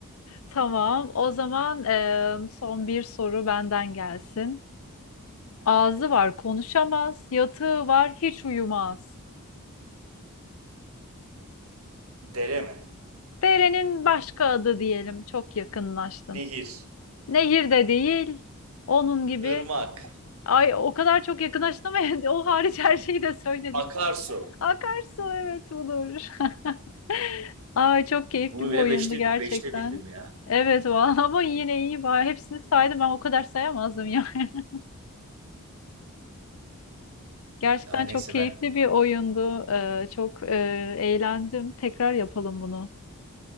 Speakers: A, on the left; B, on the right.
A: Tamam. O zaman eee, son bir soru benden gelsin. Ağzı var, konuşamaz. Yatığı var, hiç uyumaz.
B: Dere mi?
A: Derenin başka adı diyelim. Çok yakınlaştın.
B: Nehir.
A: Nehir de değil. Onun gibi.
B: ırmak,
A: Ay o kadar çok yakınlaştın ama <laughs> o hariç her şeyi de söyledin.
B: Akarsu.
A: Akarsu evet olur. <laughs> Ay çok keyifli
B: Bunu
A: bir
B: bile
A: oyundu
B: beşte,
A: gerçekten.
B: beşte bildim ya.
A: Evet vallahi <laughs> ama yine iyi var. Hepsini saydım ben o kadar sayamazdım yani. <laughs> Gerçekten
B: Ay
A: çok
B: neyse
A: keyifli
B: ben
A: bir oyundu. Ee, çok e, eğlendim. Tekrar yapalım bunu.